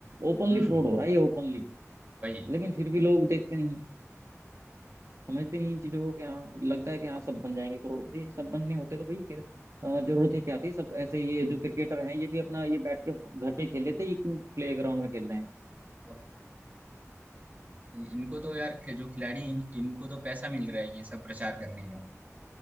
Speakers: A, on the right (about 65°); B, on the right (about 30°).
A: ओपनली
B: हम्म
A: फ्रॉड हो रहा है ये ओपनली
B: वही
A: लेकिन फिर भी लोग देखते नहीं हैं, समझते नहीं इन चीजों को कि हाँ लगता है कि हाँ सब बन जाएंगे करोड़पति सब बनने होते तो भाई फिर अ, जरूरत ही क्या थी सब ऐसे ही ये जो क्रिकेटर हैं ये भी अपना ये बैठ के घर पे ही खेल लेते ये क्यों प्ले ग्राउंड में खेल रहे हैं
B: अब इनको तो यार खे- जो खिलाड़ी हैं इन- इनको तो पैसा मिल रहा है ये सब प्रचार करने का